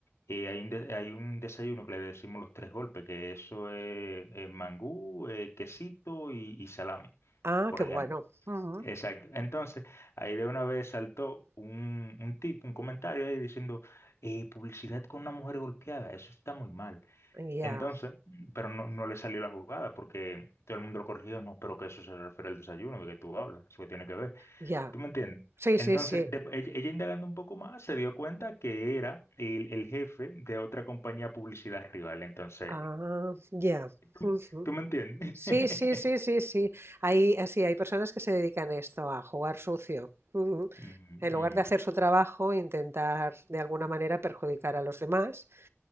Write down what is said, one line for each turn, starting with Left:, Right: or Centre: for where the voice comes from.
Left: eh, hay un, de- hay un desayuno que le decimos los tres golpes, que eso es eh, mangú, eh, quesito y, y salami,
Right: Ah,
Left: por
Right: qué
Left: ejemplo.
Right: bueno. ujú,
Left: Exacto. Entonces, ahí de una vez saltó un, un tip, un comentario ahí diciendo, eh, publicidad con una mujer golpeada, eso está muy mal.
Right: Ya,
Left: Entonces, pero no, no le salió la jugada porque todo el mundo lo corrigió, no, pero que eso se refiere al desayuno, de que tú hablas, eso que tiene que ver.
Right: ya.
Left: ¿Tú me entiendes?
Right: Sí,
Left: Entonces,
Right: sí, sí.
Left: de- ella, ella indagando un poco más, se dio cuenta que era el, el jefe de otra compañía de publicidad rival. Entonces,
Right: Ah, ya.
Left: <laughs> ¿tú,
Right: Ujú.
Left: tú me entiendes?
Right: Sí,
Left: <laughs>
Right: sí, sí, sí, sí. Hay, así, hay personas que se dedican a esto, a jugar sucio. Ujú.
Left: Ujú,
Right: En
Left: ujú.
Right: lugar de hacer su trabajo, intentar de alguna manera perjudicar a los demás